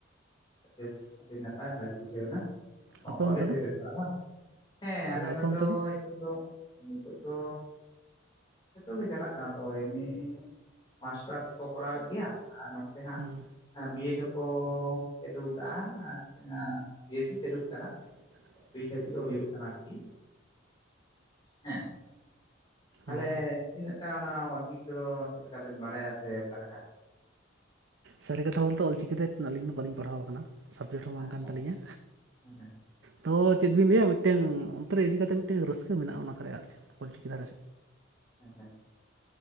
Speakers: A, on the left; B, on the right.
A: ᱵᱮᱥ ᱟᱹᱰᱤ ᱱᱟᱯᱟᱭ ᱵᱷᱟᱜᱮ ᱵᱩᱡᱷᱟᱹᱣᱱᱟ ᱱᱚᱣᱟ
B: ᱟᱯᱮ
A: ᱠᱚᱞᱮᱡᱽ
B: ᱚᱱᱛᱮ ᱫᱚ
A: ᱨᱮ ᱪᱟᱜ ᱵᱟᱝ ᱦᱮᱸ ᱟᱞᱮ ᱱᱤᱛᱚ
B: ᱟᱯᱮ ᱚᱱᱛᱮ ᱫᱚ
A: ᱱᱤᱛᱚᱜ ᱫᱚ ᱱᱤᱛᱚᱜ ᱫᱚ ᱡᱚᱛᱚᱜ ᱜᱮ ᱪᱟᱞᱟᱜ ᱠᱟᱱᱟ ᱛᱚ ᱮ. ᱢᱮ ᱢᱟᱥᱴᱟᱨᱥ ᱠᱚ ᱠᱚᱨᱟᱣᱮᱫ ᱜᱮᱭᱟ ᱟᱨ ᱱᱚᱱᱛᱮ ᱦᱟᱸᱜ
B: ᱦᱮᱸ
A: ᱵᱤᱭᱮᱰ ᱦᱚᱸᱠᱚ ᱪᱟᱹᱞᱩ ᱠᱟᱜᱼᱟ ᱟᱨ ᱵᱤᱭᱮᱰ ᱦᱚᱸ ᱪᱟᱹᱞᱩᱜ ᱠᱟᱱᱟ
B: <unintelligible>
A: ᱱᱤ ᱰᱟᱵᱞᱤᱭᱳ ᱦᱩᱭᱩᱜ ᱠᱟᱱᱟ ᱟᱨᱠᱤ ᱦᱮᱸ ᱛᱟᱞᱦᱮ
B: ᱦᱳᱭ
A: ᱛᱤᱱᱟᱹᱜ ᱴᱟ ᱚᱱᱟ ᱚᱞ ᱪᱤᱠᱤ ᱠᱚᱫᱚ ᱪᱮᱫ ᱞᱮᱠᱟ ᱵᱮᱱ ᱵᱟᱲᱟᱭᱟ ᱥᱮ ᱚᱠᱟ ᱞᱮᱠᱟ?
B: ᱥᱟᱹᱨᱤ ᱠᱟᱛᱷᱟ ᱵᱚᱞᱛᱮ ᱚᱞᱪᱤᱠᱤᱛᱮ ᱟᱹᱞᱤᱧ ᱫᱚ ᱵᱟᱹᱞᱤᱧ ᱯᱟᱲᱦᱟᱣ ᱟᱠᱟᱱᱟ ᱥᱟᱵᱡᱮᱠᱴ ᱦᱚᱸ ᱵᱟᱝ
A: ᱟᱪᱪᱷᱟ
B: ᱠᱟᱱ ᱛᱟᱹᱞᱤᱧᱟ
A: ᱦᱮᱸ ᱦᱮᱸ
B: ᱛᱚ ᱪᱮᱫ ᱵᱤᱱ ᱞᱟᱹᱭᱟ ᱢᱤᱫᱴᱮᱱ ᱚᱱᱛᱮᱨᱮ ᱤᱫᱤ ᱠᱟ ᱠᱟᱛᱮᱫ ᱢᱤᱫᱴᱟᱝ ᱨᱟᱹᱥᱠᱟᱹ ᱢᱮᱱᱟᱜᱼᱟ ᱚᱱᱟ ᱠᱚᱨᱮ ᱟᱨ ᱚᱞᱪᱤᱠᱤ ᱫᱷᱟᱨᱮᱫ
A: ᱦᱮᱸ ᱦᱮᱸ